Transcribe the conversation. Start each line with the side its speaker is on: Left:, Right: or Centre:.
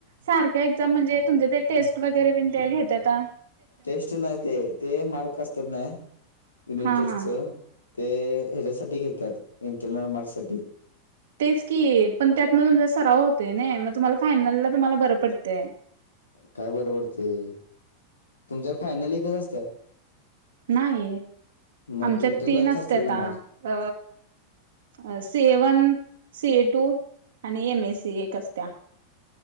Right: सारख्या एक्झाम म्हणजे तुमचे ते टेस्ट वगैरे घेतात...
Left: टेस्ट नाही ते ते मार्क असतात ना युनिट
Right: हा
Left: टेस्टच....
Right: हा
Left: ते ह्याच्यासाठी घेतात इंटरनल मार्कससाठी....
Right: तेच की पण त्यातन तुमचा सराव होतय ना मग तुम्हाला फायनलला तुम्हाला बरं पडतंय...
Left: काय बर पडतय तुमच्यात फायनल एकच असत्या...
Right: नाही
Left: मग
Right: आमच्यात
Left: इंटरनलच
Right: तीन असत
Left: असतात की
Right: आ
Left: मार्क्स.
Right: अ... अ से वन सी ए टू आणि एम एस सी एक असत्या.